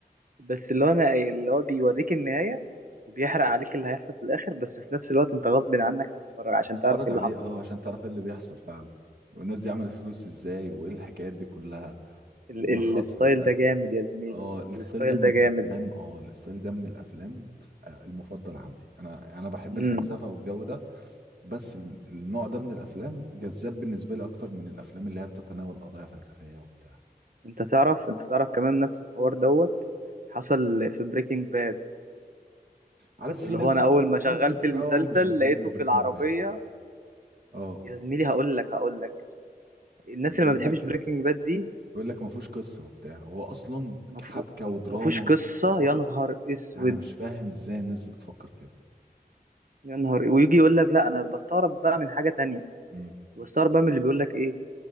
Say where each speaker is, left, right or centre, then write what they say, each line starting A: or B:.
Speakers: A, on the right; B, on the right.
A: بس اللي هو انا اللي هو بيوريك النهايه وبيحرق عليك اللي هيحصل في الاخر بس في نفس الوقت انت غصب عنك هتتفرج عشان
B: هتتفرج
A: تعرف ايه اللي
B: عليه
A: حصل
B: اه عشان تعرف ايه اللي بيحصل فعلا والناس دي عملت فلوس ازاي وايه الحكايات دي كلها
A: ال-
B: والخطف
A: ال- الستايل
B: والقتل
A: ده جامد يا زميلي
B: اه الستايل
A: الستايل
B: ده من
A: ده
B: الافلام
A: جامد
B: اه الستايل ده من الافلام آه، المفضل عندي انا انا بحب
A: مم.
B: الفلسفه والجو ده بس ال- النوع ده من الافلام جذاب بالنسبه لي اكتر من الافلام اللي هي بتتناول قضايا فلسفيه وبتاع
A: انت تعرف انت تعرف كمان نفس الحوار دوت حصل في بريكنج باد
B: عارف في
A: اللي
B: ناس
A: هو انا اول ما
B: في
A: شغلت
B: ناس كتير
A: المسلسل
B: قوي مش بيحبوا
A: لقيته
B: بريكنج
A: في العربية
B: باد اه
A: يا زميلي هقول لك هقول لك يا زميلي. الناس
B: بيقول
A: اللي ما بتحبش
B: لك
A: بريكنج باد دي
B: بيقول لك ما فيهوش قصه وبتاع هو اصلا
A: مفهو-
B: حبكه ودراما
A: مفهوش قصة
B: وحوار
A: يا نهار اسود
B: يعني انا مش فاهم ازاي الناس دي بتفكر كده
A: يا نهار ويجي يقول لك لا انا بستغرب بقى من حاجة تانية
B: امم
A: بستغرب بقى من اللي بيقول لك ايه